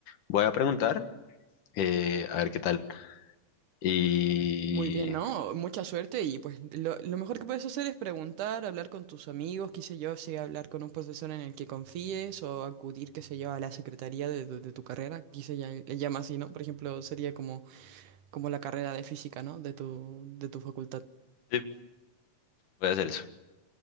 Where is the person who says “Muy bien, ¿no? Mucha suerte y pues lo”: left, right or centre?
Right